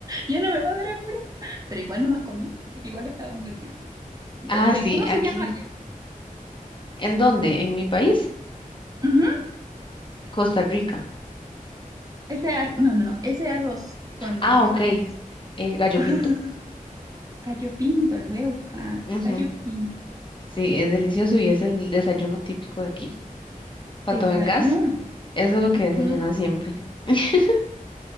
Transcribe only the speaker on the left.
Ah, sí,
aquí.
¿En dónde? ¿En mi país?
Costa Rica.
Ah,
ok. Eh, gallo
pinto.
Ujú.
Sí, es delicioso y es el desayuno típico de aquí. Cuando
vengas, eso es lo que
desayunas siempre. <laughs>